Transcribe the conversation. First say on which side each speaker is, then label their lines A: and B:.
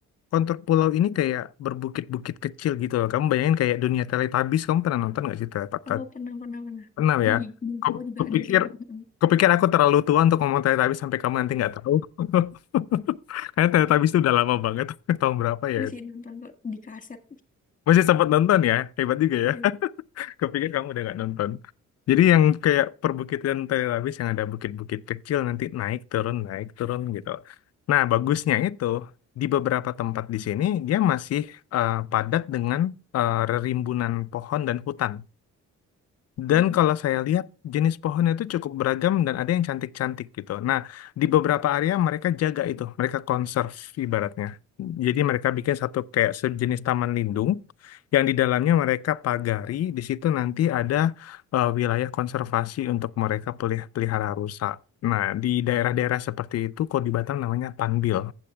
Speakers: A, on the left; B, on the left.
A: kontur pulau ini kayak berbukit-bukit kecil gitu loh. Kamu bayangin kayak dunia Teletubbies. Kamu pernah nonton nggak sih Teletubbies?
B: Oh, pernah, pernah, pernah.
A: Pernah
B: Di
A: ya?
B: Minangkabau
A: Ku-
B: juga
A: Kupikir
B: ada sih, Kak. mm
A: kupikir aku terlalu tua untuk ngomong Teletubbies sampai kamu nanti nggak tahu. <laughs> Karena Teletubbies itu udah lama banget. <laughs> Tahun berapa ya?
B: Masih nonton kok di kaset.
A: Masih sempat nonton ya? Hebat juga
B: Iya.
A: ya. Kupikir kamu udah gak nonton. Jadi yang kayak perbukitan Tel Aviv yang ada bukit-bukit kecil nanti naik turun naik turun gitu. Nah, bagusnya itu di beberapa tempat di sini dia masih eh, padat dengan eh, rimbunan pohon dan hutan. Dan
B: Mm.
A: kalau saya lihat jenis pohonnya itu cukup beragam dan ada yang cantik-cantik gitu. Nah, di beberapa area mereka jaga itu, mereka conserve ibaratnya. Jadi mereka bikin satu kayak sejenis taman lindung yang di dalamnya mereka pagari, di situ nanti ada eh, wilayah konservasi untuk mereka pelih- pelihara rusa. Nah, di daerah-daerah seperti itu kalau di Batam namanya Panbil.